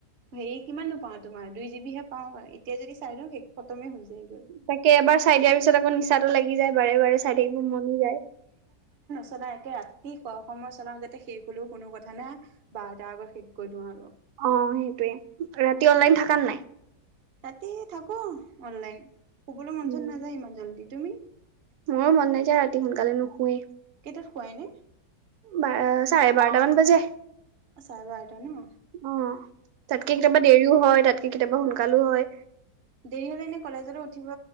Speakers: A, on the right; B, on the right.
A: হেৰি কিমাননো পাওঁ তোমাৰ দুই জিবিহে পাও এতিয়া যদি চাই লওঁ সেই খতমে হৈ যায়।
B: তাকে এবাৰ চাই দিয়াৰ পিছত আকৌ নিচি নিচাটো লাগি যায় বাৰে বাৰে চাই থাকিব মন যায়
A: চলাও একে ৰাতি শোৱাৰ সময় চলাওঁ যাতে শেষ হলেও কোনো কথা নাই বাৰটাৰ আগত শেষ কৰি দিওঁ আৰু
B: অঁ সেইটোৱে ৰাতি অনলাইন থাকানাই
A: ৰাতি থাকো অননলাইন শুবলৈ মন
B: উম
A: চন নাযায় ইমান জল্দি তুমি
B: মোৰো মন নাযায় ৰাতি সোনকালে নুশোৱেই
A: কেইটাত শুৱা এনে
B: বাৰ চাৰে বাৰটাামান বাজে
A: অঁ চাৰে বাৰটা ন
B: অঁ তাতকে
A: ঠিকে
B: কেতিয়াবা
A: আছে
B: দেৰিও হয় তাতকে কেতিয়াবা শন সোনকালো হয়
A: দেৰি হলে এনে কলেজলৈ উঠিব